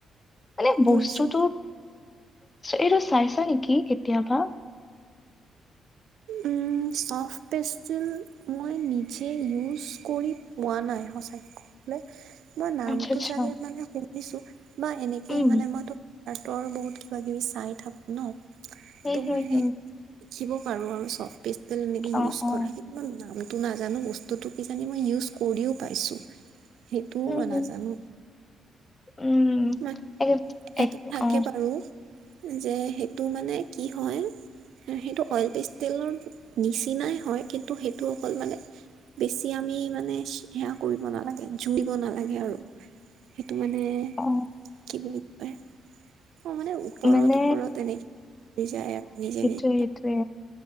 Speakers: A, on the left; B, on the right.
A: মানে
B: বুজিছো
A: বস্তুতো এইটো চাইছা নেকি কেতিয়াবা।
B: উম! চফ্ট পেষ্টিল মই নিজে ইউজ কৰি পোৱা নাই সঁচাকে ক <unintelligible> মই নামটো
A: আচ্ছা আচ্ছা
B: চাগে মানে শুনিছো বা এনেকে
A: উম
B: মানে মইটো হাতৰ আৰু বহুত কিবাকিবি চাই থাকোঁ ন
A: হম
B: তোমাৰ
A: হম
B: সেই
A: হম
B: শিকিব পাৰোঁ আৰু চফ্ট পিষ্টেল এনেকে ইউজ
A: অ অ
B: কৰা। নামটো নাজানো বস্তুটো কিজানি মই ইউজ কৰিও পাইছোঁ। সেইটোও
A: উম
B: মই
A: হম
B: নাজানো।
A: উম
B: মান
A: এক এক
B: এটা থাকে
A: অ
B: বাৰু যে সেইটো মানে কি হয় সেইটো অইল পিষ্টেলৰ নিচিনাই হয়। কিন্তু সেইটো অকল মানে বেছি আমি মানে সেয়া কৰিব নালাগে, জুৰিব নালাগে আৰু। সেইটো মানে
A: অ
B: কি বুলি কয়। অঁ! মানে ওপৰত-ওপৰত
A: মানে
B: এনেকে যায় আৰু নিজে-নিজে।
A: <unintelligible> সেইটোৱে।